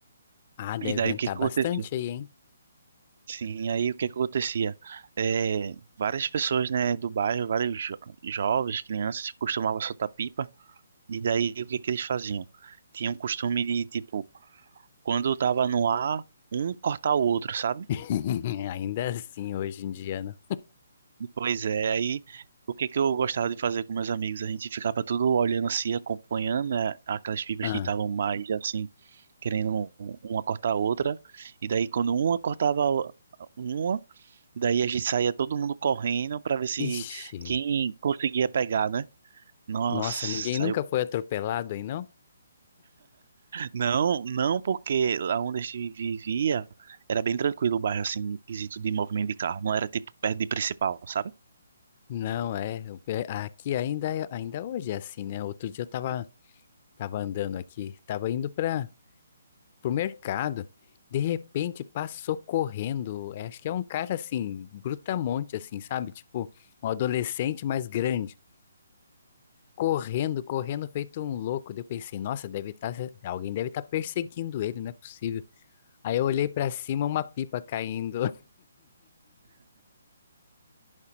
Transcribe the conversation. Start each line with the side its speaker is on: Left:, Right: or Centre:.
Left: Ah, deve
Right: E daí
Left: ventar
Right: o que que
Left: bastante
Right: acontecia?
Left: aí, hein?
Right: Sim, aí o que que acontecia? É, várias pessoas, né, do bairro, vários jo- jovens, crianças, costumavam soltar pipa. E daí o que que eles faziam? Tinha um costume de, tipo, quando tava no ar, um cortar o outro, sabe?
Left: <laughs> Ainda assim, hoje em dia, não.
Right: Pois é, aí o que que eu gostava de fazer com meus amigos? A gente ficava tudo olhando assim, acompanhando, né, aquelas pipas
Left: Ah,
Right: que estavam mais assim, querendo um- uma cortar a outra. E daí quando uma cortava a o- uma, daí a gente saía todo mundo correndo para ver se
Left: ixi,
Right: quem conseguia pegar, né? Nossa,
Left: nossa, ninguém nunca foi atropelado aí, não?
Right: Não, não porque lá onde a gente vivia era bem tranquilo o bairro, assim, em quesito de movimento de carro. Não era tipo perto de principal, sabe?
Left: Não, é. é, Aqui ainda, é- ainda hoje é assim, né? Outro dia eu tava, tava andando aqui, tava indo para pro mercado. De repente passou correndo. é, Acho que é um cara assim, brutamonte, assim, sabe? Tipo, um adolescente mais grande. correndo, correndo, feito um louco. Daí eu pensei, nossa, deve estar, alguém deve estar perseguindo ele, não é possível. Aí eu olhei pra cima, uma pipa caindo.